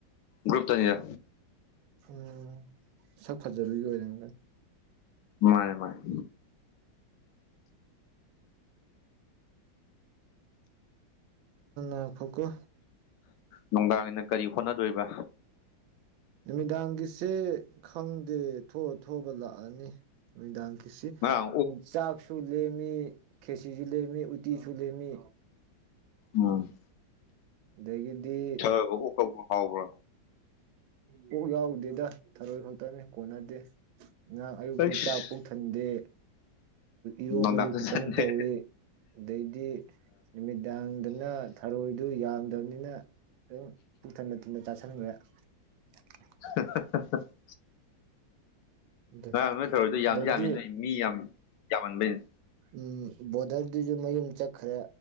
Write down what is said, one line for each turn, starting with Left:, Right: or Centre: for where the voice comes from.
Left: ꯭ꯔꯨꯨꯞꯇꯅꯤꯔ
Right: ꯎꯝ ꯁꯛ ꯐꯖꯔꯨꯒꯤ ꯑꯣꯏꯅꯒ
Left: ꯃꯥꯅꯦ ꯃꯥꯅꯦ
Right: ꯎ ꯈꯣꯈꯣ
Left: ꯅꯨꯡꯗꯥꯡꯒꯤꯅ ꯀꯔꯤ ꯍꯣꯠꯅꯗꯣꯏꯕ
Right: ꯅꯨꯃꯤꯗꯥꯡꯒꯤꯁꯦ ꯈꯪꯗꯦ ꯊꯣꯛꯑ ꯊꯣꯛꯑꯕ ꯂꯥꯛꯑꯅꯤ ꯥꯡ ꯀꯁꯤ
Left: ꯉꯔꯥꯡ ꯑꯣꯛ
Right: ꯆꯥꯛꯁꯨ ꯂꯦꯝꯃꯤ ꯈꯦꯁꯤꯁꯨ ꯂꯦꯝꯃꯤ ꯎꯇꯤꯁꯨ ꯂꯦꯝꯃꯤ
Left: ꯎꯝ
Right: ꯑꯗꯒꯤꯗꯤ
Left: ꯛ ꯐꯥꯎꯕ꯭ꯔꯥ
Right: ꯀꯣꯛ ꯌꯥꯎꯗꯦꯗ ꯊꯔꯣꯏ ꯈꯛꯇꯅꯤ ꯀꯣꯟꯅꯗꯦ ꯉꯍ ꯑꯌꯨꯛꯁꯨ
Left: ꯑꯩꯁ
Right: ꯆꯥꯛ ꯄꯨꯡꯊꯟꯗꯦ ꯏꯔꯣꯝꯕꯗꯨ
Left: ꯅꯨꯡꯗꯥꯡꯁꯨ
Right: ꯈꯤꯇꯪ
Left: ꯆꯟꯗꯦ
Right: ꯇꯧꯏꯤ ꯑꯗꯩꯗꯤ ꯅꯨꯃꯤꯠ ꯌꯥꯥꯡꯗꯅ ꯊꯔꯣꯏꯗꯨ ꯌꯥꯝꯗꯕꯅꯤꯅ ꯑꯗꯨꯝ ꯄꯨꯛ ꯊꯟꯅ ꯊꯨꯟꯅ ꯆꯥꯁꯟꯈ꯭ꯔꯦ <inaudible>
Left: <inaudible>
Right: ꯑꯗꯨ
Left: ꯅꯥꯏ ꯅꯣꯏ ꯇꯧꯔꯤꯣꯏꯗꯣ ꯌꯥꯝ
Right: ꯑꯗꯩꯗꯤ
Left: ꯌꯥꯝꯃꯤ ꯅꯣꯏ ꯃꯤ ꯌꯥꯝ ꯌꯥꯝꯃꯟꯕꯩꯅꯤ
Right: ꯎꯝ ꯕꯣꯔꯗꯔꯗꯨꯁꯨ ꯃꯌꯨꯝ ꯆꯠꯈ꯭ꯔꯦ